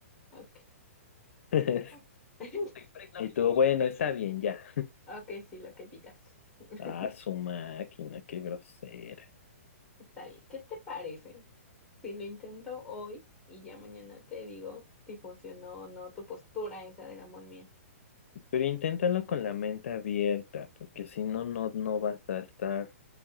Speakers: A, in the centre; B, on the left.
A: ok.
B: <laughs>
A: Oh. <laughs>
B: Y tú, bueno, está bien, ya.
A: Ok, sí, lo que digas. <laughs>
B: Ah, su máquina, qué grosera.
A: Está bien. ¿Qué te parece si lo intento hoy y ya mañana te digo si funcionó o no tu postura esa de la momia?
B: Pero inténtalo con la mente abierta, porque si no, no, no vas a estar